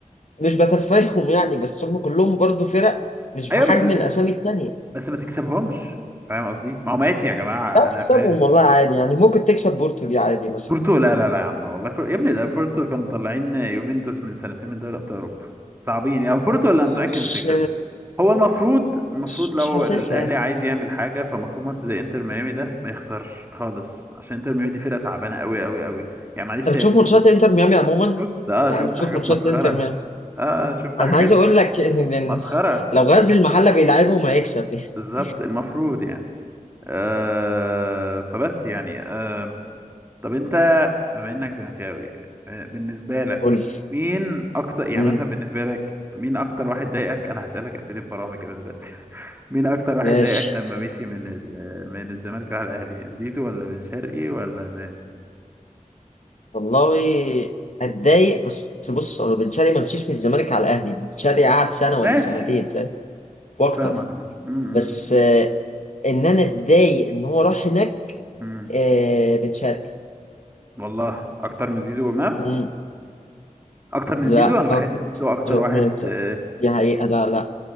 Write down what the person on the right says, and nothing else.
ايوه
بس
بس ما تكسبهمش فاهم قصدي ما هو ماشي يا جماعه
انا
فاهم
بورتو لا لا لا يا عم والله بور- يا ابني ده بورتو كانوا مطلعين يوفنتوس من سنتين من دوري ابطال اوروبا صعبين يعني بورتو ولا
متاكد
مش هيكسبوا هو المفروض المفروض
لو
الاهلي عايز يعمل حاجه فالمفروض ماتش زي انتر ميامي ده ما يخسرش خالص عشان انتر ميامي دي فرقه تعبانه قوي قوي قوي يعني معلش
شفت اه
شفت
حاجات
مسخره
اه شفت
حاجات
مسخره
بالظبط المفروض يعني آه فبس يعني آه، طب انت بما انك زملكاوي آه، بالنسبه لك
مين اكتر يعني
مثلا بالنسبه لك مين اكتر واحد ضايقك انا هسالك اسئله برامج كده دلوقتي <laughs> مين اكتر واحد
ضايقك لما مشي من ال... آه، من الزمالك راح الاهلي زيزو ولا بن شرقي ولا امام
ماشي
اه فاهمك اه م- م-
م. م.
والله اكتر من زيزو وامام
اكتر من
زيزو انا اه
بحس زيزو اكتر واحد
آه،